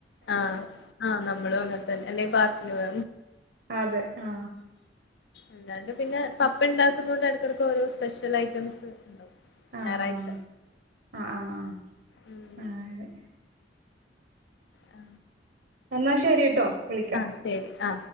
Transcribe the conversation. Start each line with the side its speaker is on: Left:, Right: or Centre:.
Left: ആ ആ നമ്മളും അങ്ങനെ അല്ലെ പാസല് വാ
Right: അതെ ആ
Left: അല്ലാണ്ട് പിന്നെ പപ്പ ഇണ്ടാക് ന്നൊണ്ട് ഇടക്കെടക്ക് ഓരോ സ്പെഷ്യൽ ഐറ്റംസ് ണ്ടാവും ഞായറാഴ്ച
Right: ആഹ് ആഹ് ആഹ്
Left: ഉം
Right: ആഹ് അങ്ങനെ
Left: ആ
Right: എന്നാ ശരിട്ടോ വിളിക്കാം
Left: ആ ശരി ആ